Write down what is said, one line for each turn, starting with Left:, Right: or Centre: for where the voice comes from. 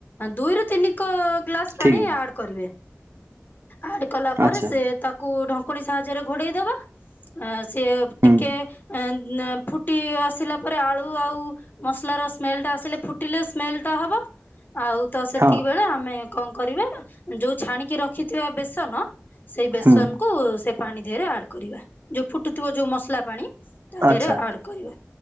Left: ଦୁଇରୁ ତିନି କ ଗ୍ଲାସ
Right: ଠିକ୍
Left: ପାଣି ଆଡ କରିବେ। ଆଡ଼ କଲା ପରେ
Right: ଆଚ୍ଛା
Left: ସେ ତାକୁ ଢଙ୍କୁନୀ ସାହାଯ୍ୟରେ ଘୋଡ଼େଇ ଦବା ଆ ସେ
Right: ହୁଁ
Left: ଟିକେ ଆଁ ନା ଫୁଟି ଆସିଲା ପରେ ଆଳୁ ଆଉ ମସଲାର ସ୍ମେଲଟା ଆସିଲେ ଫୁଟିଲେ ସ୍ମେଲ ହବ ଆଉ ତ ସେତିକି
Right: ହଁ
Left: ବେଳେ ଆମେ କଣ କରିବେ ଯୋଉ ଛାଣିକି ରଖିଥିବେ ବେସନ ସେଇ ବେସନକୁ
Right: ହୁଁ
Left: ସେ ପାଣି ଦେହରେ ଆଡ କରିବା ଯୋଉ ଫୁଟୁଥିବ ଯୋଉ ମସଲା ପାଣି ତା
Right: ଆଚ୍ଛା
Left: ଦେହରେ ଆଡ କରିବା